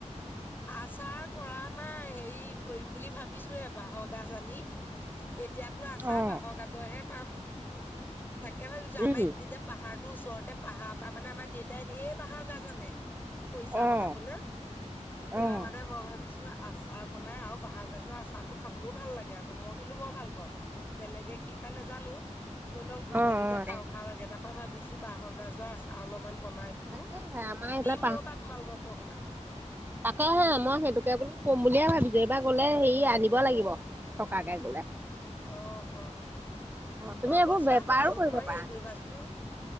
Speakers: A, on the left; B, on the right.
A: আচাৰ কৰা নাই, হেৰি কৰিম বুলি ভাবিছোহে বাঁহৰ গাজ আনি। এতিয়াতো আচাৰ
B: অ',
A: বাঁহৰ গাজৰহে পাম, তাকে ভাবিছোঁ
B: উম,
A: আমাৰ এখিনি যে পাহাৰ তুৰ ওচৰতে পাহাৰ পৰা মানে আমাৰ দেউতাই ঢেৰ বাঁহৰ গাজ আনে। খৰিচা
B: অ',
A: বনাবলে, এইবাৰ
B: অ',
A: মানে মই ভাবি ছো আচাৰ বনাই আৰু বাঁহৰগাজৰ আচাৰতো খাবলৈও ভাল লাগে আকৌ মই কিন্তু বৰ ভাল পাওঁ, বেলেগ কি পাই নাজানো, মই একদম গোন্ধটোতে
B: অ',
A: খাওঁ
B: দে।
A: খাওঁ লাগে তাৰ পৰা ভাবিছো বাঁহৰ গাজৰ আচাৰ অলপ অকমান বনাই বোলো
B: তাকেহে আমাৰ এইফালে
A: দিম ৰবা তোমালোককো অকণমান।
B: আকৌ সেই মই সেইটোকে বোলো ক'ম বুলিয়ে ভাবিছো‌ঁ এইবাৰ গলে হেৰি আনিব লাগিব। থকাকে গ'লে
A: অ', অ'। অ',
B: তুমি এইবোৰ
A: অ', চোৱা
B: বেপাৰো
A: তোমালোকৰ
B: কৰিব পাৰা
A: হেৰি
B: দেখোন
A: কৰিবাচোন।